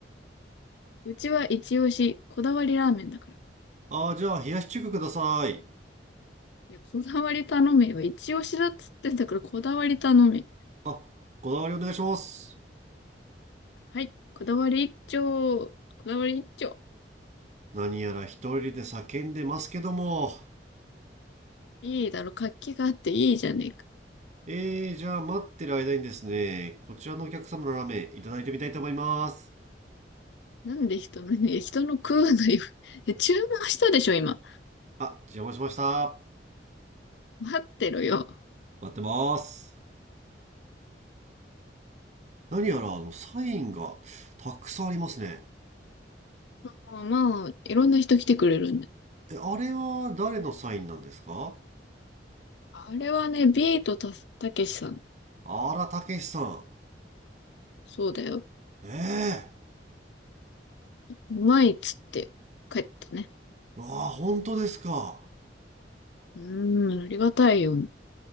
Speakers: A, on the left; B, on the right.
A: うちは一押し、こだわりラーメンだから。
B: ああ、じゃあ、冷やし中華ください。
A: いや、こだわり頼めよ。一押しだっつってんだから、こだわり頼め。
B: あ、こだわりお願いします。
A: はい、こだわり一丁。こだわり一丁。
B: 何やら一人で叫んでますけども。
A: いいだろ、活気があっていいじゃねえか。
B: えー、じゃあ、待ってる間にですね、こちらのお客様のラーメンいただいてみたいと思います。
A: なんで人の、ね、<laughs> 人の食うのよ。<laughs> え注文したでしょ、今。
B: あ、邪魔しました。
A: 待ってろよ。
B: 待ってます。何やらあのサインがたくさんありますね。
A: もうまあ、いろんな人来てくれるんだ。
B: え、あれは誰のサインなんですか
A: あれはね、ビートた、たけしさん。
B: あら、たけしさん。
A: そうだよ。
B: ええ
A: うまいっつって帰ったね。
B: ーわあ、本当ですか。
A: うーん、ありがたいよ。